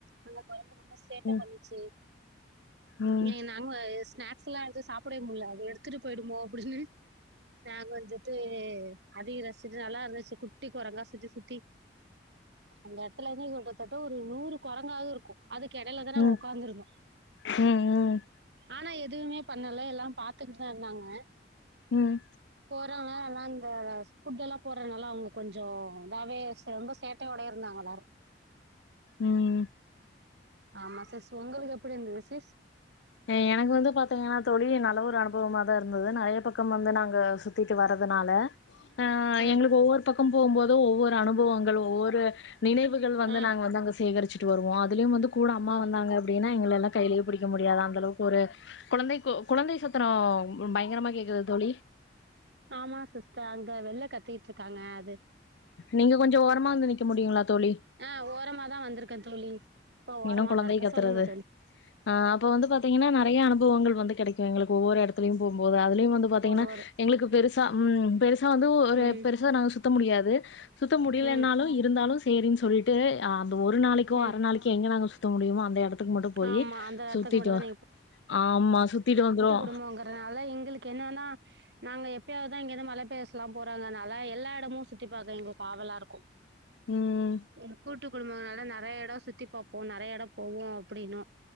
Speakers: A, on the right (about 70°); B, on the left (about 80°).
A: அந்த கொரங்கு ரொம்ப சேட்ட
B: ம்
A: பண்ணுச்சு
B: ம்
A: இனி நாங்க ஸ்நாக்ஸ் எல்லா எடுத்து சாப்டவே முடில அது எடுத்துட்டு போய்டுமோ அப்டின்னு ஸ்நாக்க வச்சுட்டு அதயு ரசிச்சுட்டு நல்லா இருந்துச்சு குட் குட்டி கொரங்கா சுத்தி சுத்தி அந்த எடத்துல வந்து கிட்டத்தட்ட ஒரு நூறு கொரங்காது இருக்கு அதுக்கெடைல தா நாங்க
B: ம்
A: ஒக்காந்துருந்தோ
B: ம்
A: ஆனா எது துவுமே பண்ணல எல்லா பாத்துக்கிட்டுதா இருந்தாங்க
B: ம்
A: வர்றவங்க எல்லா இந்த ஃபுட் எல்லா போட்றனால அவுங்க கொஞ்சோ‌ இதாவே சே ரொம்ப சேட்டயோடயே இருந்தாங்க எல்லாரு
B: ம்
A: ஆமா சிஸ் உங்களுக்கு எப்டி இருந்தது சிஸ்
B: ஆ எனக்கு வந்து பாத்தீங்கன்னா தோழி நல்ல ஒரு அனுபவமாதா‌ இருந்தது நெறைய பக்கம் வந்து நாங்க சுத்திட்டு வரதுனால ஆ
A: ம்
B: எங்களுக்கு ஒவ்வொரு பக்கோ‌ போம்போது ஒவ்வொரு அனுபவங்கள் ஒவ்வொரு நினைவுகள் வந்து
A: ஆ
B: நாங்க வந்து அங்க சேகரிச்சுட்டு வருவோ அதுலயு வந்து கூட அம்மா
A: ஆ
B: வந்தாங்க அப்டின்னா எங்களயெல்லா கையிலயே புடிக்க முடியாது அளவுக்கு ஒரு குழந்தை கொ குழந்தை சத்துரோ பயங்கரமா கேக்குது தோழி
A: ஆமா சிஸ்டர் அங்க வெள்ள கத்திட்டு இருக்காங்க அது
B: நீங்க கொஞ்சோ ஓரமா வந்து நிக்க முடியுங்களா தோழி
A: ஆ ஓரமாதா வந்துருக்க தோழி இப்ப ஓரமாதா
B: இன்னு குழந்தை
A: இருக்கே
B: கத்துறது
A: சொல்லுங்க தோழி
B: ஆ அப்போ வந்து பாத்தீங்கன்னா நெறைய அனுபவங்கள் வந்து கெடைக்கு எங்களுக்கு ஒவ்வொரு எடத்துலயு போம்போது அதுலயு வந்து பாத்தீங்கன்னா
A: ஒரு ஒரு
B: எங்களுக்கு பெருசா ம் பெருசா வந்து ஒரு
A: ம்
B: பெருசா நாங்க சுத்த முடியாது சுத்த முடிலன்னாலு
A: ம்
B: இருந்தாலு சேரின்னு சொல்லிட்டு அந்த ஒரு நாளைக்கோ
A: ம்
B: அர நாளைக் கி எங்க நாங்க சுத்த முடியுமோ அந்த எடத்துக்கு மட்டு போயி
A: ஆமா அந்த எடத்துக்கு
B: சுத்திட்டு
A: மட்டுந்தா
B: ஆமா சுத்திட்டு வந்துருவோ
A: குடும்போங்கிறதுனால எங்களுக்கு என்னன்னா நாங்க எப்பயாதுதா இங்கருந்து மல ப்லேஸ்லா போறாங்கனால எல்லா எடமூ சுத்தி பாக்க எங்ளுக்கு ஆவலா இருக்கு
B: ம்
A: ம் கூட்டு குடும்பங்களால நெறைய எடோ சுத்தி பாப்போம் நெறைய எடோ போவோ அப்டின்னோ